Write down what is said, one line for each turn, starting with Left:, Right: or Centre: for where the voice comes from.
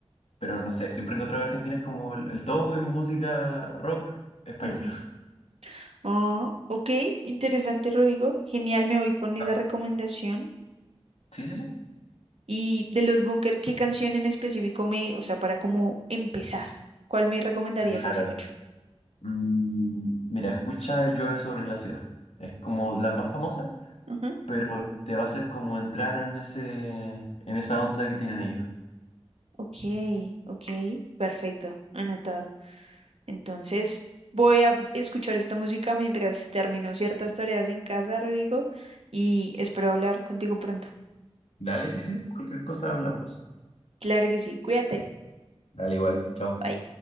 Left: pero no sé, siempre he encontrado que Argentina es como el, el top en música rock español.
Right: <laughs> Oh, ok, interesante, Rodrigo. Genial, me voy con esa
Left: ¿no?
Right: recomendación.
Left: Sí, sí, sí.
Right: Y de los Bunker, ¿qué canción en específico me, o sea, para cómo empezar? ¿Cuál me recomendarías
Left: Claro.
Right: así mucho?
Left: Mm, mira, escucha Llueve sobre la ciudad. Es como la más famosa,
Right: Ujú.
Left: pero te va a hacer como entrar en ese, en esa onda que tienen ellos.
Right: Ok, ok, perfecto, anotado. Entonces, voy a escuchar esta música mientras termino ciertas tareas en casa, Rodrigo, y espero hablar contigo pronto.
Left: Dale, sí, sí, cualquier cosa hablamos.
Right: Claro que sí, cuídate.
Left: Dale igual, chao.
Right: bye.